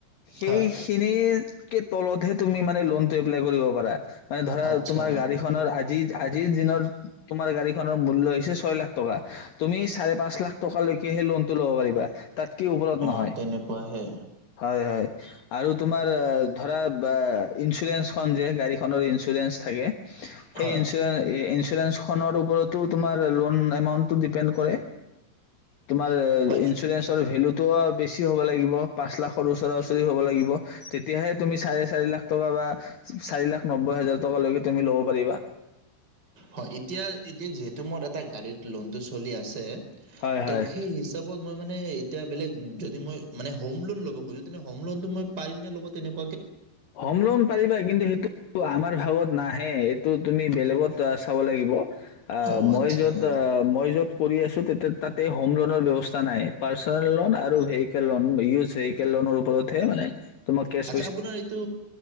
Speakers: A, on the left; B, on the right.
A: সেইখিনিৰ
B: হয়
A: কে তলতহে তুমি মানে লোন টো এপ্লাই কৰিব পাৰা মানে ধৰা
B: আচ্ছা
A: তোমাৰ গাড়ী খনৰ আজি জা - আজিৰ দিনৰত তোমাৰ গাড়ীখনৰ মূল্য হৈছে ছয় লাখ টকা তুমি চাৰে পাঁচ লাখ টকা লৈকে সেই লোনটো ল'ব পাৰিবা তাত কি ওপৰত
B: অ
A: নহয়
B: তেনেকুৱাহে
A: হয় হয় আৰু তোমাৰ ধৰা বা ইঞ্চুৰেঞ্চ খন যে গাড়ীখনৰ ইঞ্চুৰেঞ্চ থাকে সেই
B: হয়
A: ইঞ্চুৰে ইঞ্চুৰেঞ্চ খনৰ ওপৰত তো তোমাৰ লোন এমাউণ্ট টো ডিপেণ্ড কৰে তোমাৰ
B: হয়
A: ইঞ্চুৰেঞ্চৰ
B: ই-
A: ভেলুটো বেছি হ'ব লাগিব পাঁচ লাখৰ ওচৰা ওচৰি হ'ব লাগিব তেতিয়াহে তুমি চাৰে চাৰি লাখ টকা বা চাৰিলাখ নব্বৈ হাজাৰ টকা লৈকে তুমি লব পাৰিবা
B: হয় এতিয়া এতিয়া যিহেতু মোৰ এটা গাড়ীত লোনটো চলি আছে
A: হয়
B: ত
A: হয়
B: সেই হিচাপত মই মানে এতিয়া বেলেগ যদি মই মানে হম লোন ল'ব খোজো তেনে মই পাৰিম নে লব তেনে-
A: হম লোন পাৰিবা কিন্তু সেইটো আমাৰ ভাগত নাহে এইটো তুমি বেলেগত চাব লাগিব আ
B: অ'
A: মই
B: আচ্ছা।
A: য'ত আ মই য'ত কৰি আছো তেতিয়া তাতে হোম লনৰ ব্যৱস্থা নাই পাৰ্চনেল লোন আৰু <unintelligible> ভেল ল তেইকে লোনৰ ওপৰত হে মানে তোমা কেচ
B: আপোনাৰ এইটো